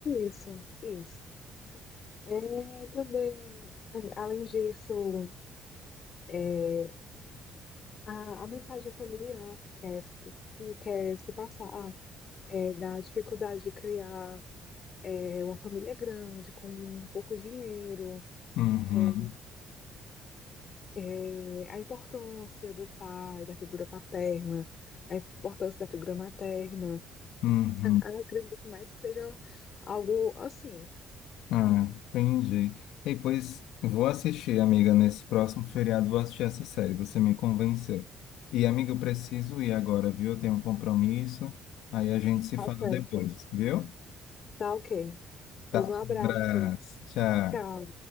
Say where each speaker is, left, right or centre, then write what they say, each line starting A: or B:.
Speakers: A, on the left (about 50°); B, on the left (about 65°).
A: Isso, isso. É, também, tam- além disso, é, a, a mensagem familiar que quer, que, que quer se passar é, da dificuldade de criar é, uma família grande, com um pouco dinheiro,
B: Uhum,
A: é, é, a importância do pai, da figura paterna, a importância da figura materna.
B: uhum.
A: Eu Acredito mais que seja algo assim.
B: Ah, entendi. E pois vou assistir, amiga, nesse próximo feriado, vou assistir essa série, você me convenceu. E, amiga, eu preciso ir agora, viu? Eu tenho um compromisso, aí a gente se
A: Tá
B: fala
A: certo.
B: depois, viu?
A: Tá ok.
B: Tá,
A: Pois um abraço.
B: um abraço, tchau.
A: Tchau.